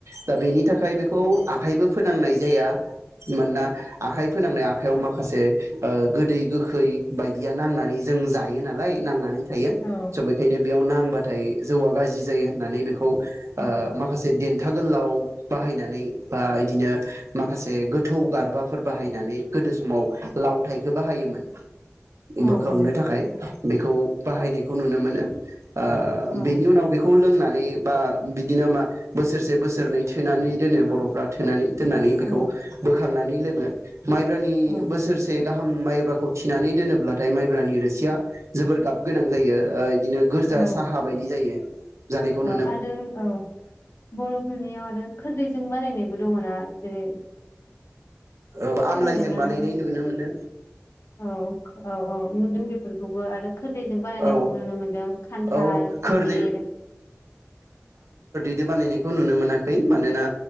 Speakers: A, on the right; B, on the left.
A: दा बेनि थाखाय बेखौ आखाइबो फोनांनाय जाया। मानोना आखाइ फोनांनाय आखायाव माखासे ओ गोदै गोखै बायदिया नांनानै जों जायो नालाय नांनानै थायो
B: औ
A: स' बेखायनो बेयाव नाङ बाथाय जौआ गाजि जायो होननानै बेखौ ओ
B: औ
A: माखासे दिन था गोलाव बाहायनानै बा इदिनो माखासे गोथौ गारबाफोर बाहायनानै गोदो समाव लावथाइखो बाहायोमोन।
B: औ
A: बोखांनो थाखाय बेखौ बाहायनायखौ नुनो मोन‌ नो ओ
B: औ
A: बेनि उनाव बेखौ लोंना नै बा बिदिनो मा बोसोरसे बोसोरनै थोनानै दोनो बर'फ्रा थोनानै दोननानै
B: औ
A: बेखौ बोखांनानै लोङो। माइब्रानि
B: औ
A: बोसोरस गाहाम माइब्राखौ थिनानै दोनोब्लाथाय माइब्रानि रोसिया जोबोर गाब गोनां जायो ओ दिनो गोरजा
B: औ
A: साहा बायदि जायो जानायखौ
B: औ
A: नुनो
B: आरो औ बर'फोरनियाव आरो खोरदैजों बानायनायबो दङना जेरै
A: औ
B: खोनादोना
A: आमलाइजों बानायनाय
B: नोंथां
A: नुनो मोनो
B: औ औ औ नुदों बेफोर खौबो आरो खोरदैजों बानायनायखौबो
A: औ
B: नुनो मोन्दों खान्थाल,
A: औ
B: थालिर
A: खोरदै दो बानायनायखौ नुनो मोनाखै मानोना